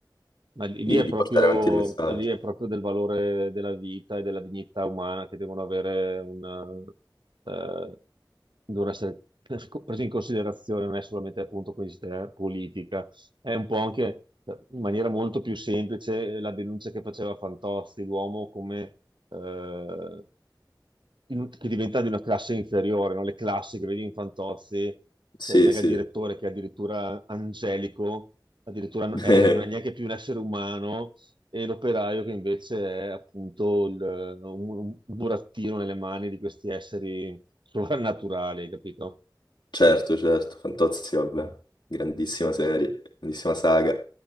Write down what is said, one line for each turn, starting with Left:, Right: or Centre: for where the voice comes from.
Right: Ma lì
Left: di,
Right: lì è
Left: di
Right: proprio,
Left: portare avanti il messaggio.
Right: lì è proprio del valore della vita e della dignità umana che devono avere una, eh, devono essere presi in considerazione, non è solamente appunto questa politica è un po' anche in maniera molto più semplice la denuncia che faceva Fantozzi, l'uomo come eh, in- che diventa di una classe inferiore, no? Le classi che vedi in Fantozzi,
Left: Sì,
Right: cioè il mega
Left: sì,
Right: direttore che è addirittura angelico, addirittura n-
Left: <laughs>
Right: è- non è neanche più un essere umano, e l'operaio che invece è appunto il- un, un burattino nelle mani di questi esseri sovrannaturali, capito?
Left: certo, certo, Fantozzi, vabbè, grandissima serie, grandissima saga.